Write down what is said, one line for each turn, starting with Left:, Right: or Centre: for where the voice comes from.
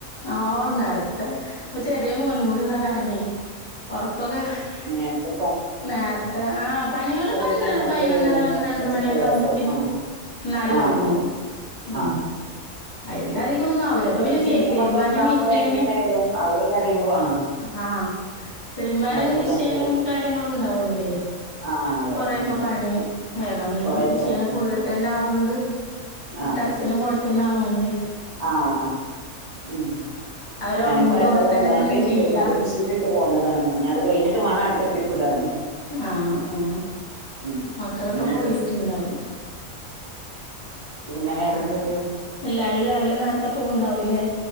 Left: ആഹ് ഓഹ് നേരത്തെ ഇപ്പ ചെറിയ മോനും കൂടിള്ള കാരണേ ഒറക്കൊക്കെ
Right: നേര്ത്തെ
Left: നേർത്തെ ആഹ് പണികള് പന്ത്രണ്ട്,
Right: പിന്നെ പണിയൊക്കെ
Left: പയിനൊന്നര,
Right: കഴിയാന്
Left: പന്ത്രണ്ട്
Right: കുറച്ച്
Left: മണിയൊക്കെ
Right: പ്രയാസാവും
Left: ആമ്പോത്തിന്
Right: ആഹ്
Left: എന്നാലു
Right: ആഹ്
Left: ഒരുങ്ങും
Right: അതെ
Left: ഉം
Right: ആഹ്
Left: അയില്ലാധികം ഒന്നും ആവൂല
Right: എങ്ങനായാലും
Left: ഇപ്പൊ പിന്നെ മി
Right: ചെറിയ
Left: തിരുമ്പാനും
Right: മക്കൾ ഉണ്ടാവുമ്പോള്
Left: മിഷ്യന്
Right: എങ്ങനായാലും അവര് കരയുമ്പോ ആഹ്
Left: ആഹ് തിരുമ്പാനങ്ങ്
Right: അവരെടുത്തങ്ങ്
Left: മിഷ്യനും
Right: പോവും
Left: കാ ര്യങ്ങളുണ്ടാവോണ്ടേ
Right: ആഹ് അതെ
Left: കൊറേ യൊക്കെ
Right: ഉം
Left: പണി വേഗമിനും
Right: കൊറെയൊക്കെ
Left: മിഷ്യനൊക്കെ
Right: വന്ന് ഉം
Left: ഉള്ള തെന്നെ ആവ്വോണ്ട്
Right: ആഹ്
Left: ടെറസിന്റെ മോള് തന്നെ ആവൊണ്ടെ.
Right: ആഹ് ആഹ് ഉം
Left: അവരൊറങ്ങുമ്പോ
Right: ഞാനിപ്പോ അലക്കുള്ള
Left: ഇവിടെ തന്നെ
Right: ബ്ലാങ്കറ്റ്
Left: നിന്ന് ചെയ്യാ
Right: ഉണ്ടായിരുന്നു അത് മെഷീനി ട്ട് പോന്നതാണ് ഇനി അത് കഴിഞ്ഞട്ട് വേണം അടുത്ത ട്രിപ്പ് ഇടാന്
Left: ആഹ് ആഹ്
Right: ഉം
Left: മക്കളൊക്കെ
Right: ഇടുന്ന
Left: പോയിറ്റിണ്ടാവും
Right: ഡ്രസ്സ് പിന്നെ വേറെന്തൊക്കെയാ?
Left: എല്ലാരും രാവിലെ നേർത്തെ പോവ്ണ്ടാവൂലെ